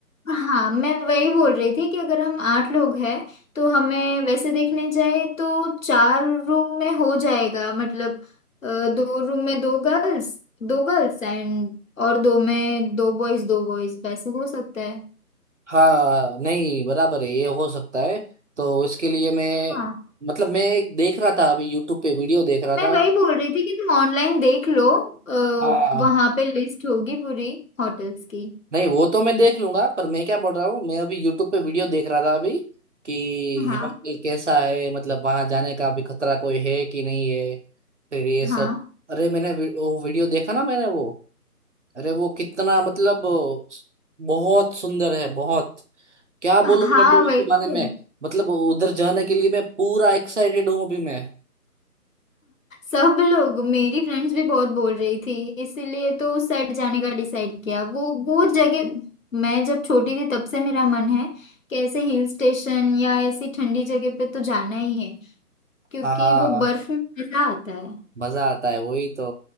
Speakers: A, on the left (about 55°); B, on the right (about 50°).
A: हाँ मैं वही बोल रही थी कि अगर हम आठ लोग हैं तो हमें वैसे देखने जाए तो चार रूम में हो जाएगा मतलब अ, दो रूम में दो गर्ल्स दो गर्ल्स एंड और दो में दो बॉयज दो बॉयज वैसे हो सकता है
B: हाँ नहीं बराबर है ये हो सकता है तो इसके लिए मैं
A: हाँ
B: मतलब मैं देख रहा था अभी यूट्यूब पे वीडियो देख रहा था
A: मैं वही बोल रही थी कि तुम ऑनलाइन देख लो अ,
B: हाँ
A: वहाँ पे लिस्ट होगी पूरी होटल्स की
B: नहीं वो तो मैं देख लूंगा पर मैं क्या बोल रहा हूँ मैं अभी यूट्यूब पे वीडियो देख रहा था अभी कि
A: हाँ
B: हिमाचल कैसा है मतलब वहां जाने का भी खतरा कोई है कि नहीं है फिर ये सब
A: हाँ
B: अरे मैंने वी, वो वीडियो देखा ना मैंने वो अरे वो कितना मतलब बहुत सुंदर है बहुत क्या बोलूं
A: हाँ
B: मैं भी
A: वही
B: उसके
A: तो
B: बारे में मतलब उधर जाने के लिए मैं पूरा एक्साइटेड हूँ अभी मैं
A: सब लोग मेरी फ्रेंड्स भी बहुत बोल रही थी इसीलिए तो उस साइड जाने का डिसाइड किया वो वो जगह मैं जब छोटी थी तब से मेरा मन है कि ऐसे हिल स्टेशन या ऐसी ठंडी जगह पे तो जाना ही है क्योंकि
B: हाँ
A: वो बर्फ में मजा आता है
B: मजा आता है वही तो